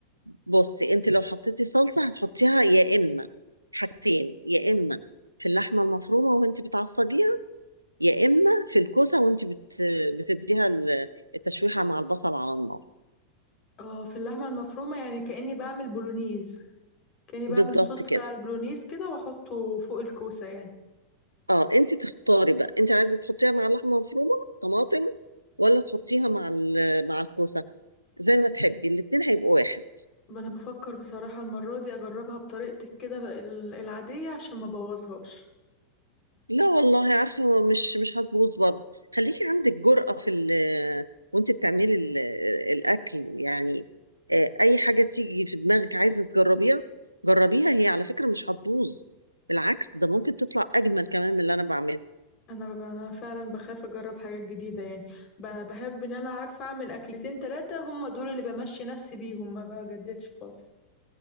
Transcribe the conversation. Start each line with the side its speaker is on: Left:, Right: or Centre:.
Right: بصي انت لو حطيتي صلصه هتحطيها يا اما حاجتين يا اما في اللحمه المفرومه وانت بتعصجيها يا اما في الكوسه وانت بت... بتديها ال- التشويحه مع البصل على النار
Left: اه في اللحمة المفرومة يعني كأني بعمل بولونيز كأني بعمل
Right: بالظبط
Left: الصوص بتاع
Right: كده
Left: البولونيز كده واحطه فوق الكوسة يعني
Right: اه انت تختاري بقى انت عايزه تحطيها مع اللحمه المفرومه طماطم ولا تحطيها مع ال- مع الكوسه زي ما تحبي الاتنين هيبقوا واحد
Left: ما انا بفكر بصراحة المرة دي اجربها بطريقتك كده ال- العادية عشان ما بوظهاش
Right: لا والله عارفه مش مش هتبوظ برضه خليكي عندك جرأة في ال وانت بتعملي ال- الاكل يعني آه، اي حاجه تيجي في دماغك عايزه تجربيها جربيها هي على فكره مش هتبوظ بالعكس ده ممكن تطلع اجمل كمان من اللي انا بعمله
Left: انا ب- انا فعلا بخاف اجرب حاجات جديده يعني ب- بحب ان انا عارفه اعمل اكلتين ثلاثه هم دول اللي بمشي نفسي بيهم ما بجددش خالص